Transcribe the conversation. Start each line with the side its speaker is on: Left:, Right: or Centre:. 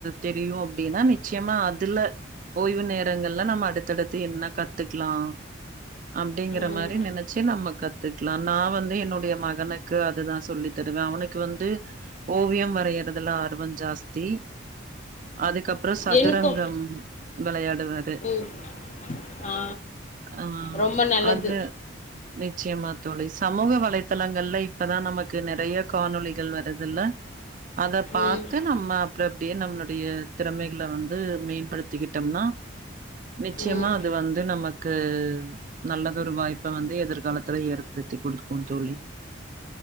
Right: தெரியும் அப்டின்னா நிச்சயமா அதுல ஓய்வு நேரங்கள்ல நம்ம அடுத்தடுத்து என்ன கத்துக்கலா அப்டிங்கிற
Left: ம்
Right: மாரி நெனைச்சு நம்ம கத்துக்கலா நா வந்து என்னுடைய மகனுக்கு அதுதா சொல்லி தருவேன் அவனுக்கு வந்து ஓவியம் வரையுறதுல ஆர்வோ ஜாஸ்தி அதுக்கப் பறம் சதுரங்கம்
Left: எனக்கு
Right: விளையாடுவாரு
Left: ம் ஆ
Right: ஆ
Left: ரொம்ப நல்லது
Right: அது நிச்சயமா தோழி சமூக வலைதளங்கள்ல இப்பதா நமக்கு நெறையா காணொலிகள் வருதுல்ல அத பாத்து
Left: ம்
Right: நம்ம அப்பறோ இப்டியே நம் டைய திறமைகள வந்து மேம்படுத்திக்கிட்டம்னா நிச்சயமா
Left: ம்
Right: அது வந்து நமக் க்கு நல்லதொரு வாய்ப்ப வந்து எதிர்காலத்துல ஏற்படுத்தி குடுக்கும் தோழி